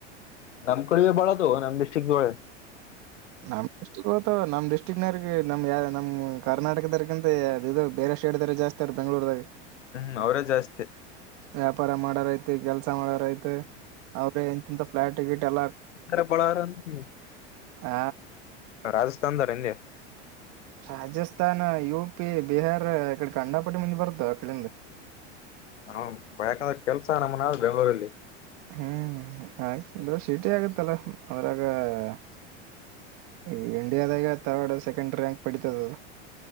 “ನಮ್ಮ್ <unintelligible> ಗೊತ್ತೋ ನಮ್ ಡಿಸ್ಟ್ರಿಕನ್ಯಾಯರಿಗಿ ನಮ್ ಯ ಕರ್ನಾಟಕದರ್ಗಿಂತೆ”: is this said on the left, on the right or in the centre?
Right